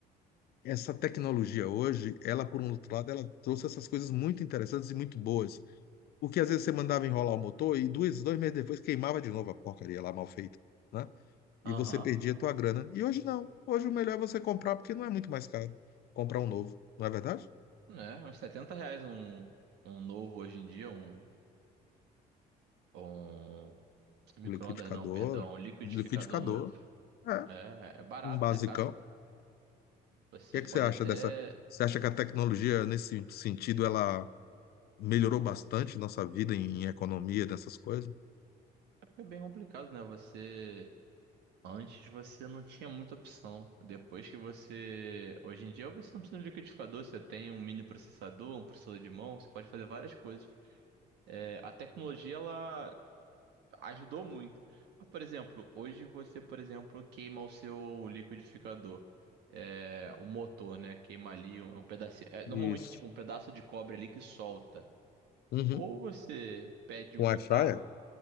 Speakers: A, on the left; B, on the right.
A: essa tecnologia hoje, ela, por um outro lado, ela trouxe essas coisas muito interessantes e muito boas. Porque às vezes você mandava enrolar o motor e dois, dois meses depois queimava de novo a porcaria lá mal feita, né? E
B: aham,
A: você perdia a tua grana. E hoje não. Hoje o melhor é você comprar, porque não é muito mais caro comprar um novo, não é verdade?
B: né, uns setenta reais um, um novo hoje em dia, um, um micro-ondas
A: O liquidificador,
B: não, perdão, um liquidificador
A: Um liquidificador,
B: novo,
A: é,
B: é, é barato,
A: um basicão.
B: né, caro não,
A: O
B: você
A: que é que
B: pode
A: você acha
B: até,
A: dessa? Você acha que a tecnologia, nesse sentido, ela melhorou bastante nossa vida em economia, dessas coisas?
B: é é bem complicado, né, você, antes você não tinha muita opção, depois que você, hoje em dia você não precisa de um liquidificador, você tem um mini processador, um processador de mão, você pode fazer várias coisas. É, a tecnologia ela ajudou muito. Mas, por exemplo, hoje você, por exemplo, queima o seu liquidificador, É, o motor, né? Queima ali um, um pedacinho. é, normalmente,
A: Isso.
B: tipo, um pedaço de cobre ali que solta.
A: Uhum.
B: Ou você pede um
A: Com
B: reparo
A: air fryer?